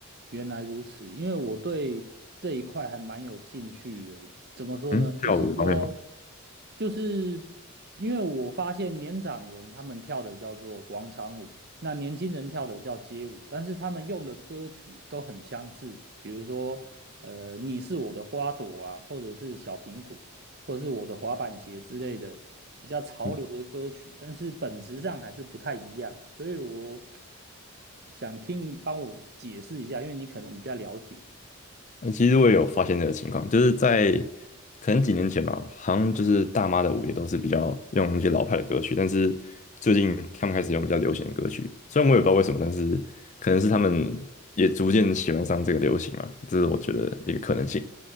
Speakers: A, on the right; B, on the left.
A: 原来如此，因为我对这一块还蛮有兴趣的。怎么说呢？
B: 嗯，
A: 就是说，
B: 跳舞的方面吗？
A: 就是因为我发现年长人他们跳的叫做广场舞，那年轻人跳的叫街舞，但是他们用的歌曲都很相似，比如说，呃，你是我的花朵啊，或者是小苹果。或者是我的滑板鞋之类的比较潮流的歌曲，
B: 嗯。
A: 但是本质上还是不太一样，所以我想听你帮我解释一下，因为你可能比较了解。
B: 嗯，其实我也有发现这个情况，就是在可能几年前吧，好像就是大妈的舞也都是比较用那些老派的歌曲，但是最近他们开始用比较流行的歌曲，虽然我也不知道为什么，但是可能是他们也逐渐喜欢上这个流行嘛，这是我觉得一个可能性。